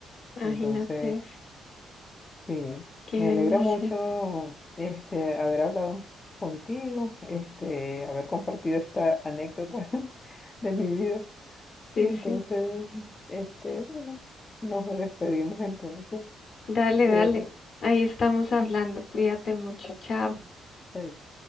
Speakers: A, on the left; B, on the left.
A: Imagínate
B: Entonces,
A: eso.
B: sí,
A: Qué
B: me
A: bendición.
B: alegra mucho este, haber hablado contigo, este, haber compartido esta anécdota <laughs> de mi vida.
A: Sí,
B: Y entonces,
A: sí.
B: este, bueno, nos despedimos entonces.
A: Dale,
B: Cuídate.
A: dale. Ahí estamos hablando. Cuídate mucho. Chao.
B: Chaito.